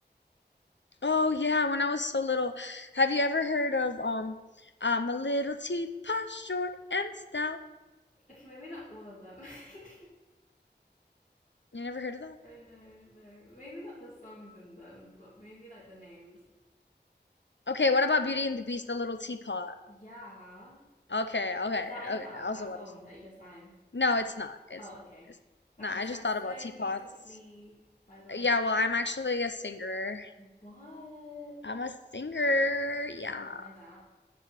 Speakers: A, on the left; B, on the left.
A: Oh yeah, when I was so little. Have you ever heard of um, I'm a little teapot, short and stout?
B: Okay, maybe not all of them. <laughs> oh
A: You never heard of that?
B: no, no. Maybe not the songs in them, but maybe like the names.
A: Okay, what about Beauty and the Beast, the little teapot?
B: Yeah.
A: Okay, okay,
B: Is that in
A: okay.
B: that
A: I was
B: that
A: about
B: song
A: to. s-
B: that you just sang?
A: No, it's not. It's
B: Oh,
A: not.
B: okay.
A: It's
B: That
A: not.
B: you
A: I
B: sang
A: just thought
B: so
A: about teapots.
B: beautifully, by the way.
A: Yeah, well, I'm actually a singer.
B: What?
A: I'm a singer. Yeah.
B: Did not know that.